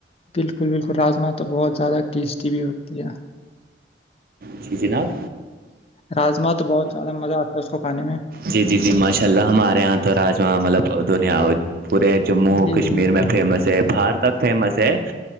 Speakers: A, on the left (about 35°); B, on the right (about 55°).
A: بالکل بالکل راجما تو بہت زیادہ ٹیسٹی بھی ہوتی ہے
B: جی جناب
A: راما تو بہت زیادہ مزہ آتا ہے اس کو کھانے میں
B: جی جی جی ماشاء اللہ ہمارے یہاں تو راجما مطلب دھنیا پورے جموں
A: جی
B: کشمیر
A: جی
B: میں فیمس ہے بار تک فیمس ہے